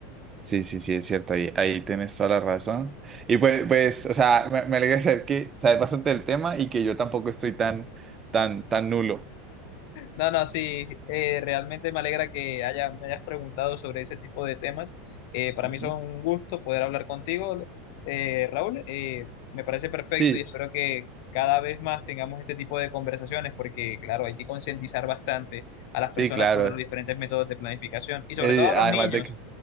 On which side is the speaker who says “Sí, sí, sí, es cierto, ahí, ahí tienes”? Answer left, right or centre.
Right